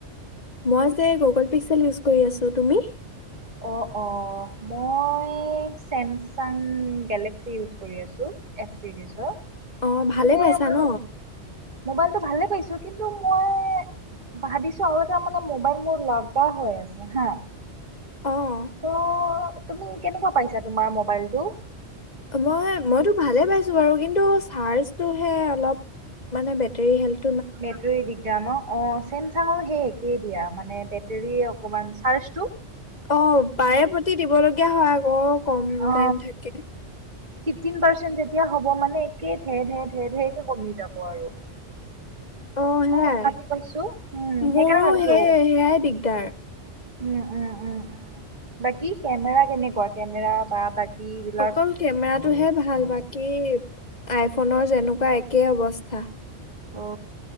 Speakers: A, on the left; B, on the right.
A: মই যে গুগ'ল পিক্সেল ইউজ কৰি আছো। তুমি?
B: অঁ অঁ মই চেমচাং গেলেক্সি ইউজ কৰি আছো, এচ ছিৰিজৰ।
A: অ ভালে
B: মানে
A: পাইছা
B: মোৰ
A: ন
B: মোবাইলতো ভালে পাইছো। কিন্তু মই ভাবিছো আৰু এতা মানে মোবাইল মোৰ লগা হৈ আছে হা।
A: অ
B: তহ তুমি কেনেকুৱা পাইছা তোমাৰ মোবাইলটো?
A: মই মইতো ভালে পাইছো বাৰু কিন্তু চাৰ্জটোহে অলপ মানে বেটেৰী হেল্ঠ।
B: বেটাৰী দিগদাৰ ন? অঁ। চেমচাঙৰ সেই একেই দিয়া, মানে বেটেৰী অকমান চাৰ্জটো ।
A: অ বাৰে প্ৰতি দিবলগীয়া হয় আকৌ কম
B: অ
A: টাইম থাকে।
B: ফিফটিন পাৰ্চেণ্ট যেতিয়া হ'ব মানে একেই ঢেৰ ঢেৰ ঢেৰ ঢেৰ কে কমি যাব আৰু।
A: অ
B: ইমান
A: সেয়াই
B: অশান্তি পাইছো। উম
A: মোৰো
B: সেইকাৰণে ভাবিছো।
A: সেই সেয়াই দিগদাৰ
B: উম উম উম উম। বাকী কেমেৰা কেনেকুৱা কেমেৰা বা বাকী? বিলাক
A: অকল কেমেৰাটোহে ভাল বা কি আইফোনৰ যেনেকুৱা একেই অৱস্থা।
B: অ